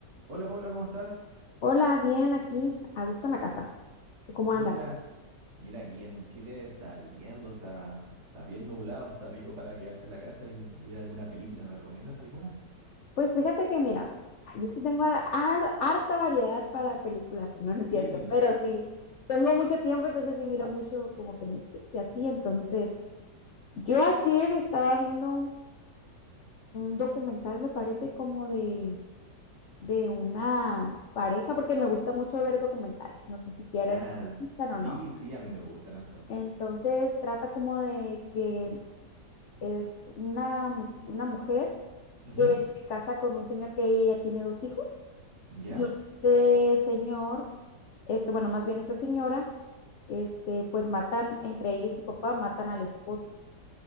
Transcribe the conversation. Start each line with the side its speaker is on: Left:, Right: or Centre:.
Right: Hola Paula, ¿cómo estás?
Left: Hola, bien, aquí, a gusto en la casa. ¿Tú ¿Cómo
Right: Mira,
Left: andas?
Right: mira, aquí en Chile está lloviendo, está, está bien nublado, está rico para quedarse en la casa y, y ver alguna película. ¿Me recomiendas alguna?
Left: Pues fíjate que mira, yo sí tengo a- har- harta variedad para películas, no, no es cierto,
Right: Sí,
Left: pero sí, tengo mucho tiempo, entonces sí miro mucho como que Netflix y así, entonces yo ayer estaba viendo un documental, me parece como de, de una pareja, porque me gusta mucho ver documentales, no sé si quieres,
Right: ya,
Left: te
Right: s-
Left: gustan
Right: sí,
Left: o no.
Right: sí, a mí me gustan harto.
Left: Entonces trata como de que es una, mu- una mujer
Right: Ujú,
Left: que se casa con un señor que ella ya tiene dos hijos
Right: Ya,
Left: y este señor, este, bueno, más bien esta señora, este, pues matan, entre ella y su papá, matan al esposo.